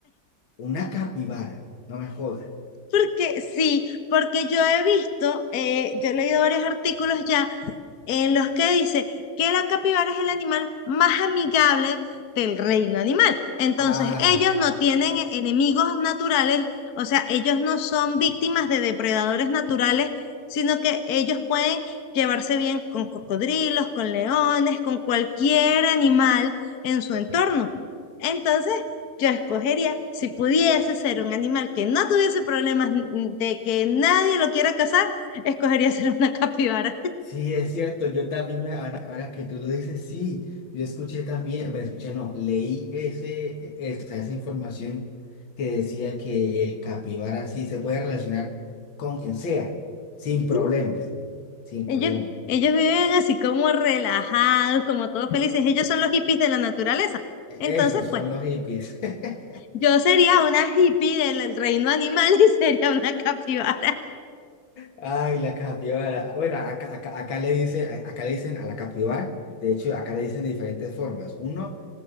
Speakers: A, on the left; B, on the left.
A: Una capibara. No me jodas.
B: Porque sí, porque yo he visto, eh, yo he leído varios artículos ya en los que dice que la capibara es el animal más amigable del reino animal. Entonces,
A: Ah.
B: ellos no tienen e- enemigos naturales, o sea, ellos no son víctimas de depredadores naturales, sino que ellos pueden llevarse bien con cocodrilos, con leones, con cualquier animal en su entorno. Entonces, yo escogería, si pudiese ser un animal que no tuviese problemas n- de que nadie lo quiera cazar, escogería <laughs> ser una capibara.
A: Sí, es cierto, yo también, me- ahora, ahora que tú lo dices, sí, yo escuché también, bueno, escuché, no, leí ese, e, esa, esa información que decía que el capibara sí se puede relacionar con quien sea, sin problemas,
B: <laughs>
A: sin
B: Ellos,
A: problemas.
B: ellos viven así como relajados, como todos felices. Ellos son los hippies de la naturaleza.
A: E-
B: Entonces,
A: Esos son
B: pues,
A: los hippies. <laughs>
B: yo sería una hippie del reino animal y <laughs> sería una capibara.
A: Ay, la capibara. Bueno, acá, acá, acá le dice, acá le dicen a la capibara, de hecho, acá le dicen de diferentes formas. Uno,